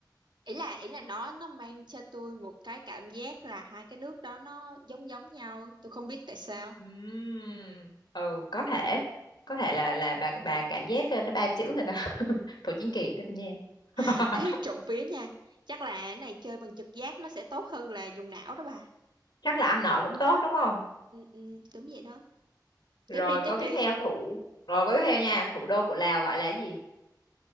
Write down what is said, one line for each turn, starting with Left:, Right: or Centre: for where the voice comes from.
Right: ý là ý là nó nó mang cho tôi một cái cảm giác là hai cái nước đó nó giống giống nhau tôi không biết tại sao
Left: Ừm, ừ có thể có thể là là bà bà cảm giác ờ, nó ba chữ rồi ta <laughs> Thổ Chính Kỳ Tây Ban Nha <laughs>
Right: <laughs> Ê, trộm vía nha chắc là cái này chơi bằng trực giác nó sẽ tốt hơn là dùng não đó bà
Left: chắc là ăn nợ cũng tốt đúng không
Right: ừ, ừ, đúng vậy đó
Left: rồi
Right: tiếp đi tiếp
Left: câu tiếp
Right: đi
Left: theo thủ rồi câu tiếp theo nha thủ đô của Lào gọi là gì